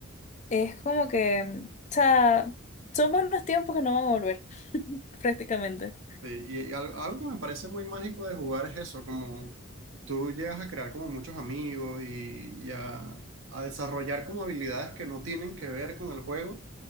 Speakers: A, on the left; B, on the right.
A: es como que, mm, o sea, son buenos tiempos que no van a volver, <laughs> prácticamente.
B: Sí, Y, y al- algo, que me parece muy mágico de jugar es eso, como tú llegas a crear como muchos amigos y, y a, a desarrollar como habilidades que no tienen que ver con el juego.